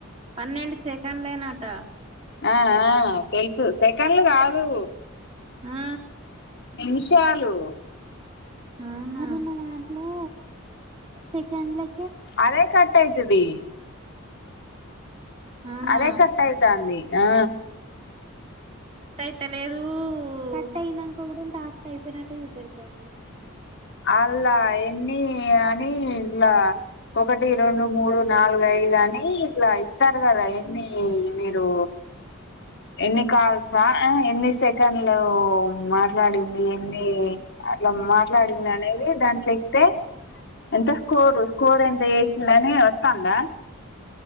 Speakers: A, on the right (about 25°); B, on the left (about 50°).
A: పన్నెండు సెకండ్లేనాట
B: ఆ ఆ తెలుసు సేక్ కన్లూ కాదు
A: ఆ
B: నిమిషాలు
A: అవునా దాంట్లో సెకండ్ లే
B: అదే కట్ అయితది
A: అవునా
B: అదే కట్ అయితాంది ఆ
A: అట్టలేదు కట్ అయినాక కూడా టాస్క్ అయిపోయినట్టు చూపెడతుంది
B: అలా ఎన్ని అని ఇట్లా ఒకటి రెండు మూడు నాలుగు ఐదు అని ఇట్లా ఇస్తారు కదా ఎన్ని మీరు ఎన్ని కాల్స్ ఆ ఎన్ని సెకండ్లు మాట్లాడింది ఎన్ని అట్లా మాట్లాడి అనేది దాంట్లో ఇతే ఎంత స్కోరు స్కోర్ ఎంత చేసిందని వస్తాంద